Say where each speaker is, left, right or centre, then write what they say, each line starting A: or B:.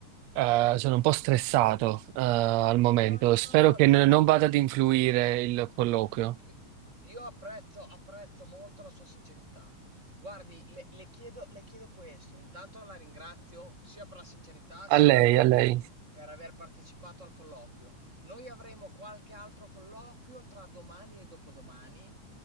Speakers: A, on the right (about 75°); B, on the right (about 25°).
A: eh, sono un po' stressato, eh, al momento.
B: No, no,
A: Spero
B: no, no,
A: che n-
B: non si
A: non
B: preoccupi.
A: vada ad influire il colloquio.
B: Io, io apprezzo, apprezzo molto la sua sincerità. Guardi, le, le chiedo, le chiedo questo. Intanto la ringrazio sia per la sincerità sia
A: A lei,
B: per,
A: a lei.
B: per aver partecipato al colloquio. Noi avremo qualche altro colloquio tra domani e dopodomani